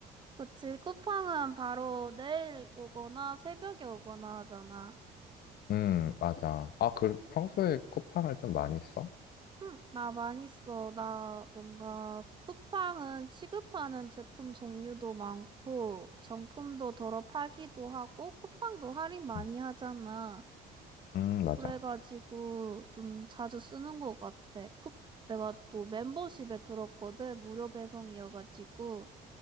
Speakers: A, on the right; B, on the left.
A: 그치. 쿠팡은 바로 내일 오거나 새벽에 오거나 하잖아.
B: 음, 맞아. 아, 그 평소에 쿠팡을 좀 많이 써?
A: 응, 나 많이 써. 나 뭔가 쿠팡은 취급하는 제품 종류도 많고, 정품도 덜어 팔기도 하고, 쿠팡도 할인 많이
B: 음,
A: 하잖아.
B: 음, 맞아.
A: 그래가지고 좀 자주 쓰는 것 같아. 쿠, 내가 또 멤버십에 들었거든. 무료 배송이어가지고.